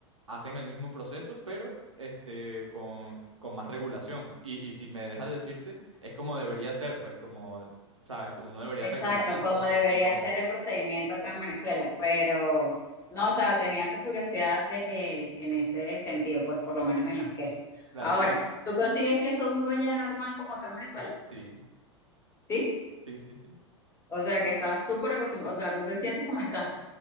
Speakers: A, on the right; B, on the left.
A: hacen el mismo proceso, pero este, con, con más regulación. Y, y si me dejas decirte, es como debería ser, pues como, sabes, uno debería
B: Exacto,
A: regular las
B: como
A: cosas
B: debería
A: que uno come.
B: ser el procedimiento acá en Venezuela, pero no, o sea, tenía esa curiosidad de, eh, en ese sentido, pues por lo menos en los quesos.
A: Claro,
B: Ahora,
A: y, y-
B: ¿tú consigues queso duro allá normal como acá en Venezuela?
A: sí,
B: ¿Sí?
A: sí, sí, sí.
B: O sea, que estás súper acostumbrado, o sea, tú te sientes como en casa.